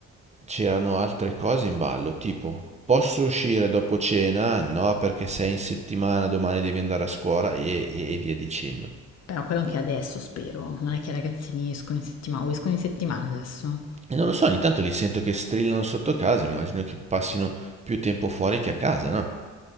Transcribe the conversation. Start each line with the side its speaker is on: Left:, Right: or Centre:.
Right: c'erano altre cose in ballo, tipo posso uscire dopo cena? No, perché sei in settimana, domani devi andare a scuola e, e- e via dicendo.
Left: Però quello anche adesso, spero. Non è che i ragazzini escono in settimana, o escono in settimana adesso?
Right: E non lo so, ogni tanto li sento che strillano sotto casa, immagino che passino più tempo fuori che a casa, no?